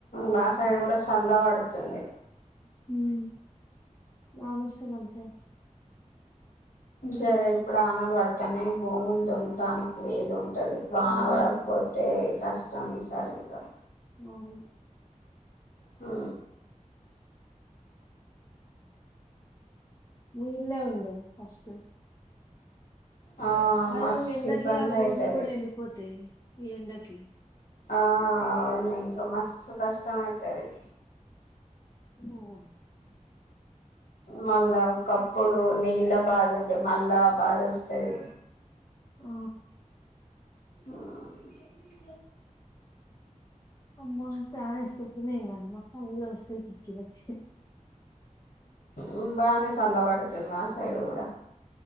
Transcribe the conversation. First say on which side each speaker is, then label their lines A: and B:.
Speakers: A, on the left (about 25°); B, on the left (about 85°).
A: వాటిని
B: మాసయిడ్ కూడా సల్ల పడుతుంది.
A: ఉ వనస్తే మంచిగా
B: సరే ఇప్పుడు వానాలు పడతన్నాయి భూములు దొంతానికి నీలు ఉంటా ఉంటది వాన
A: ఉమ్
B: వాడకపోతే కష్ట టా ఈ సార్ ఇకు
A: మన్
B: ఆ
A: ని ఇల్లే ఉండె ఫస్ట్
B: ఆ
A: అవి
B: మస్త్
A: ఎండకి
B: ఇబ్బంది
A: ఆ బోర్లు
B: అయితది
A: కూడా ఎండిపోతాయి. ఎండ కి
B: ఆ అవును ఇంకా మస్తు కష్టం అయితది.
A: ఆ <unintelligible>
B: మళ్ళా ఒకప్పుడు నీళ్ల బాధ ఉండే మళ్ళా బాధ వస్తది.
A: ఆ
B: ఆ
A: అమ్మా ప్యాను ఏసుకోక పోతే ఎం కాదు మాకు సల్లగా వస్తది కిట్కీలకి.
B: ఉ బాగానే సల్ల పడుతుంది. మా సైడ్ కూడా